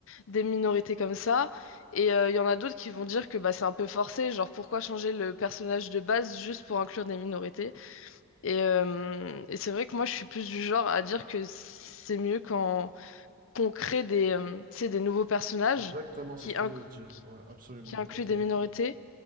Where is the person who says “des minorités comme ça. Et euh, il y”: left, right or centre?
Left